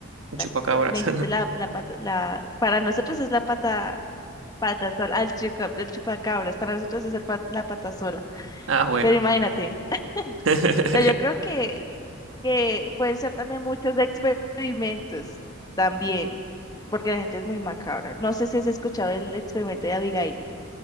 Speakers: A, on the left; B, on the right.
A: la,
B: Un chupacabras.
A: co- me dijiste
B: <laughs>
A: la, la pata, la, para nosotros es la pata, pata sola, ah, el, chuca- el chupacabras, para nosotros es el, pat- la pata sola,
B: Ah, bueno.
A: pero imagínate,
B: <laughs>
A: o sea, yo creo que, que pueden ser también muchos experimentos, también, porque la gente es muy macabra. No sé si has escuchado el experimento de Abigail